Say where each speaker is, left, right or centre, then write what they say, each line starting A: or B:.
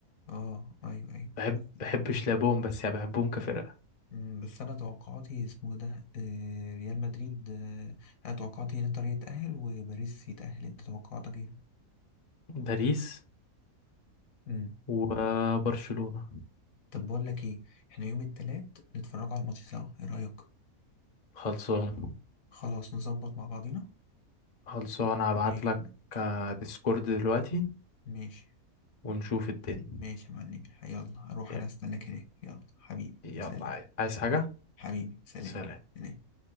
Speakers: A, on the left; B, on the left.
A: اه ايوه ايوه
B: بحب
A: بس,
B: بحبش لعبهم بس يعني بحبهم كفرقة
A: مم، بس انا توقعاتي اسمه ده آه، ريال مدريد آه، انا توقعاتي ان انتر يتأهل وباريس يتأهل انت توقعاتك ايه
B: باريس
A: امم
B: وبرشلونة
A: طب بقول لك ايه احنا يوم التلات نتفرجوا على الماتش سوا ايه رأيك
B: خلصان
A: خلاص نظبط مع بعضينا
B: خلصان هبعت
A: ماشي
B: لك
A: يا معلم.
B: ديسكورد دلوقتي
A: ماشي
B: ونشوف الدنيا
A: ماشي يا معلم يلا اروح
B: ي-
A: انا استناك هناك يلا حبيبي
B: يلا
A: سلام
B: عايز عايز
A: سلام
B: حاجة
A: حبيبي سلام
B: سلام
A: سلام